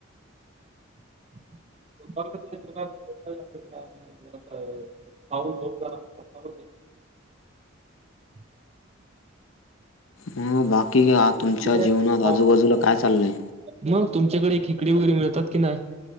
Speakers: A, on the right; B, on the left.
A: <inaudible> <unintelligible> हा बोल की
B: मग बाकी आ-
A: <inaudible>
B: तुमच्या जीवनात आजूबाजूला काय चाललंय
A: मग तुमच्याकडे खेकडी वगैरे मिळतात की नाई.